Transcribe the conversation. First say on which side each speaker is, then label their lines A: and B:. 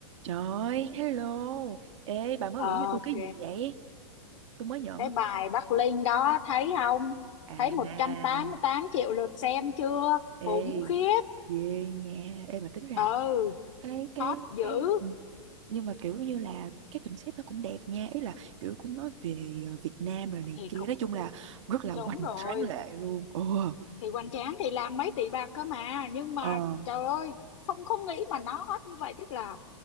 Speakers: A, on the right (about 65°); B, on the left (about 65°).
A: Trời ơi, hello. Ê, bà mới
B: Ờ,
A: gửi cho tôi
B: Ok,
A: cái gì vậy? Tôi mới nhận.
B: cái bài Bắc Linh đó thấy không?
A: À,
B: Thấy một trăm tám mươi tám triệu lượt xem chưa?
A: ê,
B: Khủng khiếp.
A: về nha. Ê, mà tính ra
B: Ừ,
A: là cái, cái,
B: hot dữ.
A: cái... Nhưng mà kiểu như là cái concept nó cũng đẹp nha. Ý là kiểu cũng nói về ờ, Việt Nam rồi này
B: Thì
A: kia.
B: cũng
A: Nói chung là rất là
B: đúng
A: hoành
B: rồi.
A: tráng lệ luôn. Ồ,
B: Thì Hoành Tráng thì làm mấy tỷ bạc cơ mà, nhưng mà
A: ờ.
B: trời ơi, không không nghĩ mà nó hot như vậy tức là